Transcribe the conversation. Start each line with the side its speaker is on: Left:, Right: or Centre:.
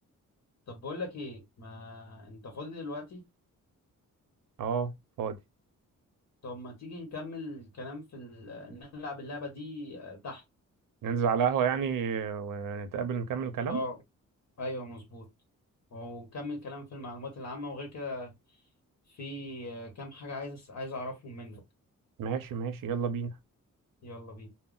Left: طب بقول لك إيه ما أنت فاضي دلوقتي؟
Right: اه فاضي
Left: طب ما تيجي نكمل الكلام في ال... نلعب اللعبة دي آه، تحت
Right: ننزل على قهوه يعني ونتقابل نكمل كلام
Left: أه أيوه مظبوط ونكمل كلام في المعلومات العامة وغير كده في آه، كام حاجة عايز أس- عايز أعرفهم منك
Right: ماشي ماشي يلا بينا
Left: يلا بينا